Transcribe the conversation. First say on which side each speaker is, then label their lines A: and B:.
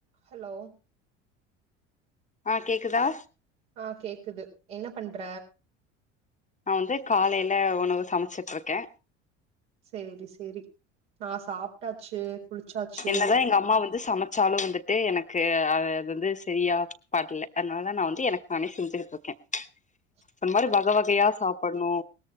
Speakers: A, on the right; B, on the left.
A: Hello
B: ஆ கேக்குதா?
A: ஆ கேக்குது என்ன பண்ற?
B: நான் வந்து காலையில உணவு சமைச்சிட்டு இருக்கே
A: செரி செரி நான் சாப்ட்டாச்சு. குளிச்சாச்சு
B: என்னதான் எங்க அம்மா வந்து சமச்ச ச்சாலும் வந்துத்து எனக்கு அ அது வந்து சரியா படலை அதனால நா வந்து எனக்கு நானே செஞ்சுக்கிட்டு இருக்கே
A: <inaudible>
B: அந்த மாரி வகை வகையா சாப்புண்ணோ